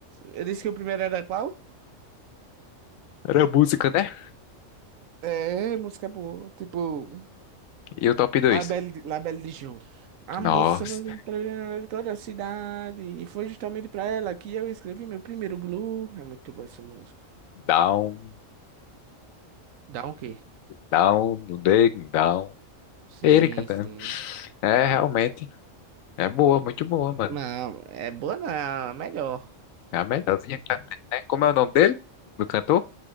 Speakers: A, on the right (about 80°); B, on the left (about 85°).
A: Eu disse que o primeiro era qual?
B: Era música, né?
A: É, música boa. Tipo.
B: E o top dois
A: La Belle, La Belle de Jour. A
B: Nossa,
A: moça não entra em toda a cidade. E foi justamente pra ela que eu escrevi meu primeiro blue. É muito boa essa música.
B: down,
A: Dá um quê?
B: down, down, down.
A: Sim,
B: Ele cantando.
A: sim.
B: É,
A: Ah,
B: realmente,
A: tá.
B: é boa, muito boa, mano.
A: Não, é boa não, é melhor.
B: É a melhorzinha que já tem, né? Como é o nome dele? Do cantor?